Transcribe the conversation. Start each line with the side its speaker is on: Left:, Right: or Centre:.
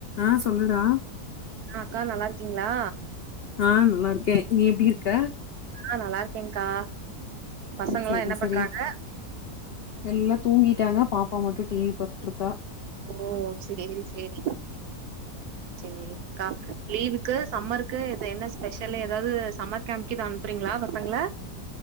Left: ஆ சொல்லுடா
Right: ஆ அக்கா நல்லா இருக்கீங்ளா
Left: ஆ நல்லா இருக்கே நீ எப்டி இருக்க
Right: ஆ நல்லா இருக்கேங்க்கா பசங்களா
Left: ம் செரி
Right: என்ன
Left: செரி
Right: பண்றாங்க
Left: எல்லா தூங்கிட்டாங்க பாப்பா மட்டு டிவி பாத்துட்ருக்கா
Right: ஓ சேரி சேரி சேரி க்கா லீவுக்கு சம்மருக்கு இது என்ன ஸ்பெஷலு ஏதாது சமர் கேம்கு எது அனுப்புறீங்ளா பசங்க்ள